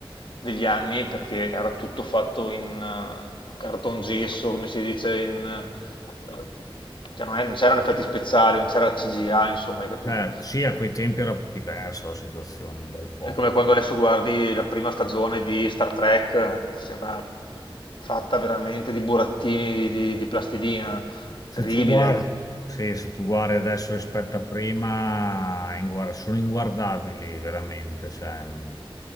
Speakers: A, on the left; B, on the left.
A: degli anni perché era tutto fatto in, eh, cartongesso, come si dice in... eh, cioè non, è- non c'erano effetti speciali, non c'era CGI, insomma, hai capito?
B: Eh, sì, a quei tempi era diversa la situazione un bel po'.
A: È come quando adesso guardi la prima stagione di Star Trek, eh, sembra fatta veramente di burattini di, di- di plastilina,
B: Se
A: terribile.
B: tu guardi, sì, se tu guardi adesso rispetto a prima, è inguar- sono inguardabili veramente. cioè, mh.